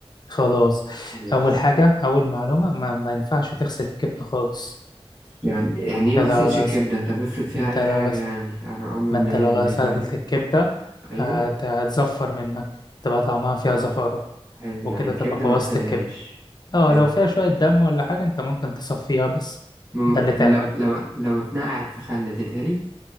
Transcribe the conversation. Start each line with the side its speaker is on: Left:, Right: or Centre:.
Left: خلاص
Right: ماشي
Left: أول حاجة أول معلومة ما, ما ينفعش تغسل الكبدة خالص
Right: يعني يعني ايه ما
Left: أنت
Right: اغسلش
Left: لو غسل
Right: الكبده طب افرض فيها
Left: أنت
Right: اي
Left: لو
Right: حاجه
Left: غسل
Right: يعني انا اضمن
Left: ما أنت
Right: منين
Left: لو
Right: ان
Left: غسلت
Right: هي كويسه
Left: الكبدة
Right: ايوه
Left: هت- هتزفر منك تبقى طعمها فيها زفارة
Right: حلو يعني
Left: وكده
Right: الكبده
Left: تبقى بوظت
Right: ما اغسلهاش
Left: الكبدة اه
Right: حلو
Left: لو فيها شوية دم ولا حاجة أنت ممكن تصفيها بس
Right: مم...
Left: ده اللي
Right: طب
Left: تعمله
Right: لو لو لو اتنقعت في خل تتهري